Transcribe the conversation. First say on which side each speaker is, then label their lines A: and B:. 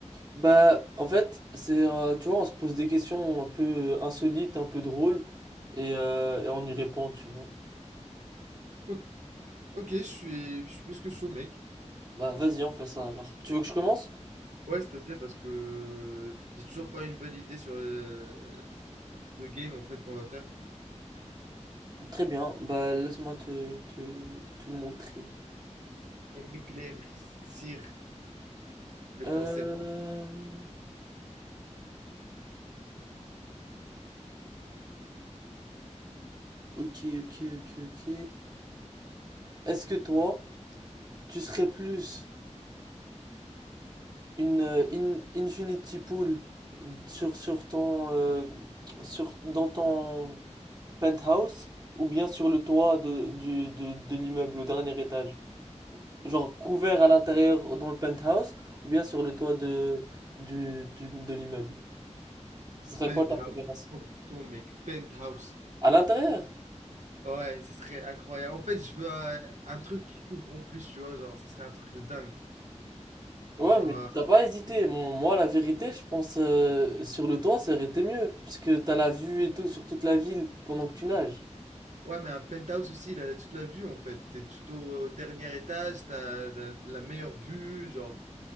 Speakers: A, on the right; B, on the right.
A: Bah en fait, c'est euh, tu vois, on se pose des questions un peu insolites, un peu drôles et, euh, et on y répond, tu vois.
B: O- Ok, je suis, je suis plus que chaud, mec.
A: Bah vas-y, on fait ça alors. Tu veux que je commence?
B: Ouais, s'il te plaît, parce que j'ai toujours pas une bonne idée sur euh, le game en fait qu'on va faire.
A: Très bien, bah laisse-moi te, te, te montrer.
B: Et m'éclaircir le
A: Euh,
B: concept.
A: ok, ok, ok, ok. Est-ce que toi, tu serais plus une euh, in- Infinity Pool sur, sur ton, euh, sur, dans ton penthouse ou bien sur le toit de, du, de, de l'immeuble au dernier étage? Genre couvert à l'intérieur dans le penthouse ou bien sur le toit de, du, du- de l'immeuble? Ce serait
B: Penthouse,
A: quoi ta préférence?
B: 100%, mec. Penthouse.
A: À l'intérieur?
B: Ouais, ça serait incroyable. En fait, je veux euh, un truc qui s'ouvre en plus, tu vois. Genre, ça serait un truc de dingue.
A: Ouais,
B: Genre,
A: mais
B: euh,
A: t'as pas hésité. Mon- Moi, la vérité, je pense euh, sur le toit, ça aurait été mieux. Parce que t'as la vue et tout sur toute la ville pendant que tu nages.
B: Ouais, mais un penthouse aussi, il a toute la vue en fait. T'es tout au dernier étage, t'as la, la meilleure vue, genre,